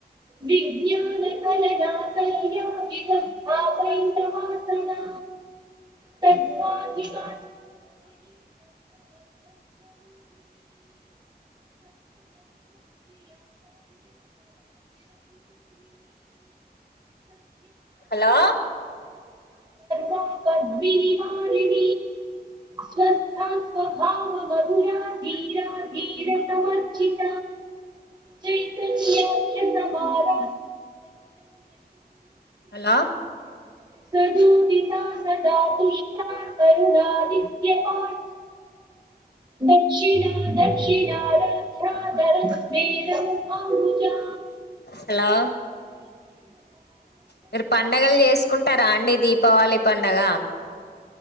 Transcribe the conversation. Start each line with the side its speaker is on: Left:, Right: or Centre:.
Right: విజ్ఞాన కల నా క్యా విగంధా పండ వాసనా త కా
Left: హలో
Right: వా పద్వినివారిణ స్వస్థ భా మధురా ధీరాధీర సమర్జిత క్షతవారా
Left: హలో
Right: సజుదిత సదా పుష్ణ కరుణాది పా దక్షిణ దక్షిణ క్ష దర మర ము భబ చ
Left: హలో మీరు పండగలు చేసుకుంటారా అండి దీపావళి పండగ